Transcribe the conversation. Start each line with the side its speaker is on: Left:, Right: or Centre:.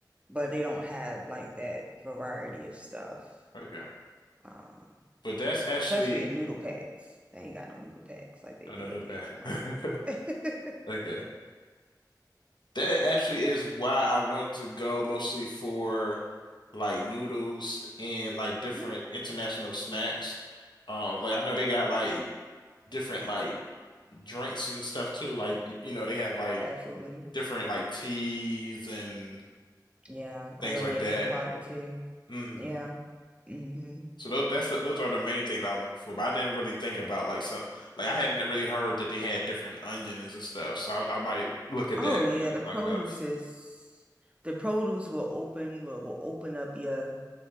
Right: but they don't have like that variety of stuff.
Left: Okay.
Right: Um
Left: But that's actually
Right: especially in noodle packs. They ain't got no noodle packs like they
Left: oh,
Right: do
Left: no, no
Right: at
Left: bad.
Right: the Asian market.
Left: <laughs>
Right: <laughs>
Left: Okay. That actually is why I wanted to go mostly for like noodles and like different
Right: hmm
Left: international snacks. Um, like I know they got like different like drinks and stuff too. Like y- you know they have like
Right: Absolutely.
Left: different like teas and
Right: Yeah,
Left: things
Right: I love
Left: like
Right: me
Left: that.
Right: a good powder too.
Left: Mhm.
Right: Yeah. hmm
Left: So those that's the, those are the main things I was looking for, but I didn't really think about like some like I hadn't really heard that they had different onions and stuff. So I, I might look at
Right: Oh
Left: that.
Right: yeah, the produce
Left: when I go.
Right: is the produce will open will, will open up your